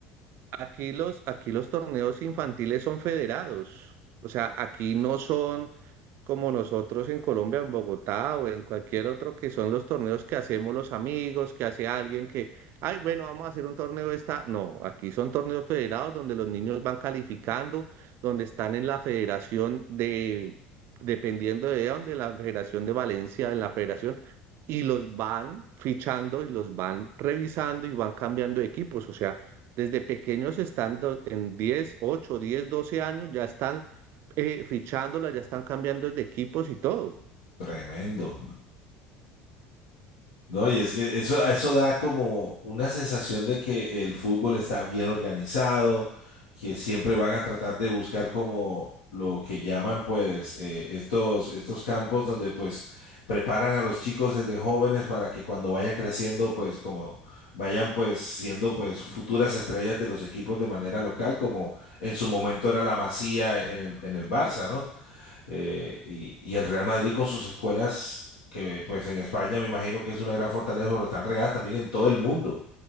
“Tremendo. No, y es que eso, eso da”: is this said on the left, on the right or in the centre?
Left